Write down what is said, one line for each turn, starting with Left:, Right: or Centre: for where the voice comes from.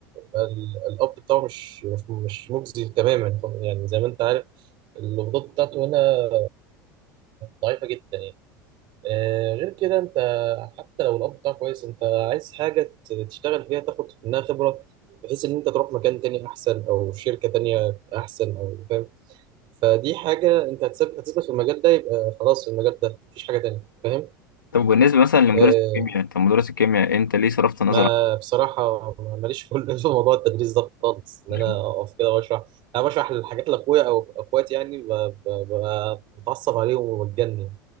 Right: آه، ال- الاب بتاعه مش مش مش مجزي تماما يعني زي ما انت عارف القبضات بتاعته هنا ضعيفه جدا يعني آه، غير كده انت حتى لو الاب بتاعك كويس انت عايز حاجه ت- تشتغل فيها تاخد منها خبره بحيث ان انت تروح مكان تاني احسن او شركه تانيه احسن او فاهم فدي حاجة أنت هتثبت هتثبت في المجال ده يبقى خلاص المجال ده مفيش حاجة تانية فاهم؟
Left: طب بالنسبة مثلا لمدرس
Right: آه
Left: الكيمياء انت مدرس الكيمياء انت ليه صرفت نظر
Right: ما بصراحة ما- ماليش كل <laughs> في موضوع التدريس ده خالص إن
Left: عنه؟
Right: أنا أقف كده وأشرح أنا بشرح الحاجات لأخويا أو أخواتي يعني ب- ب- ب- بتعصب عليهم وبتجنن